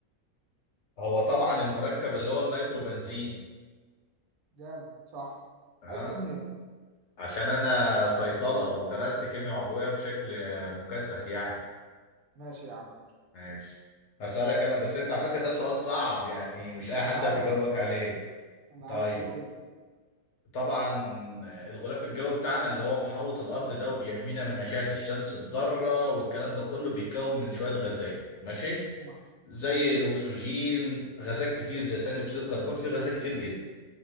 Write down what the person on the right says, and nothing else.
جامد صح
عرفت منين
ماشي يا عم
انا عارف
انا
عارف قول ايه
آه.